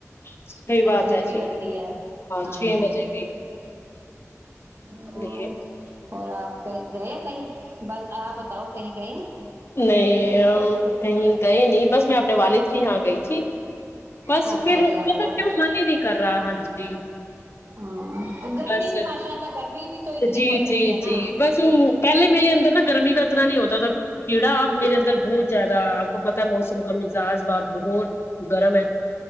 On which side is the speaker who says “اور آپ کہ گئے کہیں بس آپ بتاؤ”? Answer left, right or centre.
Right